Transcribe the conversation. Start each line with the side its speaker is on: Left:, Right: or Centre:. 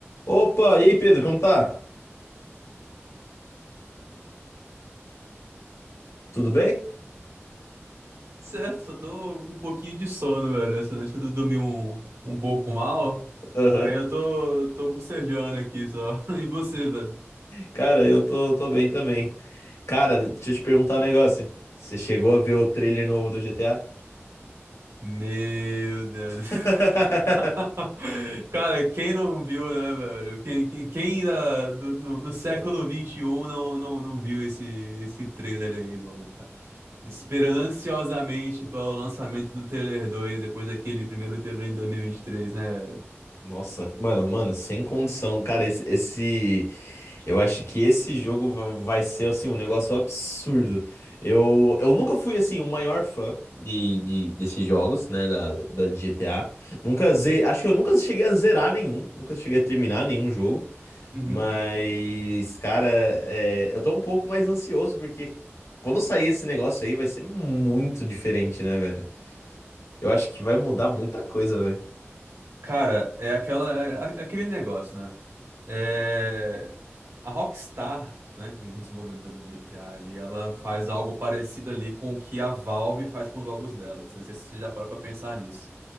Left: Opa, e aí Pedro, como tá? Tudo bem?
Right: Certo, só tô um pouquinho de sono, velho. Essa noite eu dormi um, um pouco mal.
Left: Aham.
Right: Aí eu tô, tô bocejando aqui só. <laughs> E você, velho?
Left: Cara, eu tô, tô bem também. Cara, deixa eu te perguntar um negócio. Você chegou a ver o trailer novo do GTA?
Right: Meu Deus.
Left: <laughs>
Right: <laughs> Cara, quem não viu, né, velho? Quem, quem, quem ainda no, no, no século XXI não, não, não viu esse, esse trailer aí, não, cara? Esperando ansiosamente para o lançamento do trailer 2 depois daquele primeiro trailer em 2023, né?
Left: Nossa, mano, mano, sem condição. Cara, esse, esse- Eu acho que esse jogo va- vai ser, assim, um negócio absurdo. Eu, eu nunca fui, assim, o maior fã de, de- desses jogos, né, da, da de GTA. Nunca ze... Acho que eu nunca cheguei a zerar nenhum. Nunca cheguei a terminar nenhum jogo.
Right: Uhum.
Left: Mas, cara, é, eu tô um pouco mais ansioso porque quando sair esse negócio aí vai ser muito diferente, né, velho? Eu acho que vai mudar muita coisa, velho.
Right: Cara, é aquela, é é, é aquele negócio, né? É, a Rockstar, né, que é a desenvolvedora do GTA ali, ela faz algo parecido ali com o que a Valve faz com os jogos dela. Não sei se você já parou pra pensar nisso.